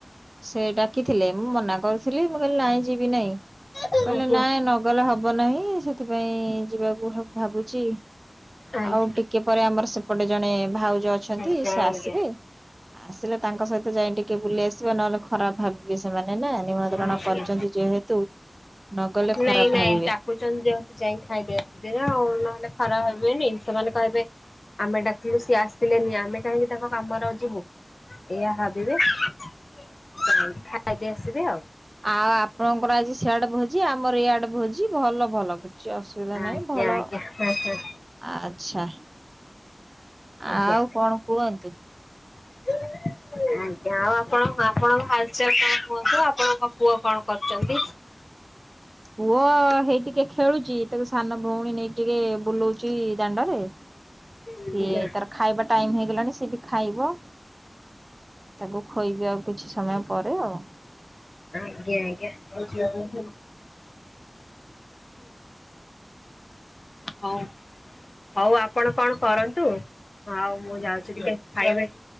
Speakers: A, on the right (about 35°); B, on the left (about 60°).
A: ସେ ଡାକିଥିଲେ ମୁଁ ମନା କରୁଥିଲି ମୁଁ କହିଲି ନାଇଁ ଯିବି ନାଇଁ
B: ଆଜ୍ଞା
A: କହିଲେ ନାଇଁ ନ ଗଲେ ହବ ନାହିଁ ସେଥିପାଇଁ ଯିବାକୁ ହ ଭାବୁଛି
B: ଆଜ୍ଞା
A: ଆଉ ଟିକେ ପରେ ଆମର ସେପଟେ ଜଣେ ଭାଉଜ ଅଛନ୍ତି
B: ଆଜ୍ଞା ଆଜ୍ଞା
A: ସେ ଆସିବେ ଆସିଲେ ତାଙ୍କ ସହିତ ଯାଇ ଟିକେ ବୁଲି ଆସିବା ନହେଲେ ଖରାପ ଭାବି ବେ ସେମାନେ ନା ନିମନ୍ତ୍ରଣ
B: ଆଜ୍ଞା।
A: କରିଛନ୍ତି ଯେହେତୁ ନଗଲେ
B: ନାଇଁ
A: ଖରାପ
B: ନାଇଁ
A: ଭାବିବେ।
B: ଡାକୁଛନ୍ତି ଯେହେତୁ ଯାଇ ଖାଇଦେଇ ଆସିବେନା ଆଉ ନହେଲେ ଖରାପ ଭାବି ବେନି ସେମାନେ କହିବେ ଆମେ ଡାକିଲୁ ସିଏ ଆସିଲେନି ଆମେ କାହିଁକି ତାଙ୍କ କାମରେ ଯିବୁ? ଏଇଆ ଭାବିବେ ଯାଇକି ଖାଇଦେଇ ଆସିବେ ଆଉ।
A: ଆଉ ଆପଣଙ୍କର ଆଜି ସିଆଡ଼େ ଭୋଜି ଆମର ଇଆଡ଼େ ଭୋଜି ଭଲ ଭଲ କିଛି ଅସୁ ସୁବିଧା ନାହିଁ
B: ଆଜ୍ଞା
A: ଭଲ
B: ଆଜ୍ଞା ହଁ ହଁ
A: ଆଚ୍ଛା।
B: ଆଜ୍ଞା
A: ଆଉ କଣ କୁହନ୍ତୁ?
B: <inaudible> ଆଜ୍ଞା ଆଉ ଆପଣ ଆପଣଙ୍କ ହାଲଚାଲ କଣ କୁହନ୍ତୁ ଆପଣଙ୍କ ପୁଅ କଣ କରୁଛନ୍ତି?
A: ପୁଅ ହେଇ ଟିକେ ଖେଳୁଛି ତାକୁ ସାନ ଭଉଣୀ ନେଇକି ଟିକେ ବୁଲ ଉଛି ଦାଣ୍ଡରେ ସିଏ
B: ଆଜ୍ଞା
A: ତାର ଖାଇବା ଟାଇମ ହେଇଗଲାଣି ସିଏ ବି ଖାଇବ ତାକୁ ଖୋଇବି ଆଉ କିଛି ସମୟ ପରେ ଆଉ।
B: ଆଜ୍ଞା ଆଜ୍ଞା ହୁଁ। ହଉ। ହଉ ଆପଣ କଣ କରନ୍ତୁ ଆଉ ମୁଁ ଯାଉଛି ଟିକେ ଖାଇବେ।